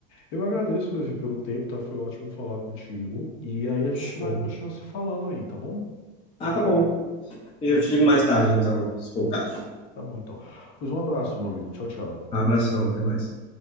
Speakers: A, on the left; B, on the left.
A: Eu agradeço, Levi, pelo tempo, tá? Foi ótimo falar contigo. E aí a gente
B: Show.
A: vai continuar se falando aí, tá bom?
B: Ah, tá bom. Eu te ligo mais tarde, então, se for o caso.
A: Tá bom, então. Pois um abraço, meu amigo. Tchau, tchau.
B: Abração, até mais.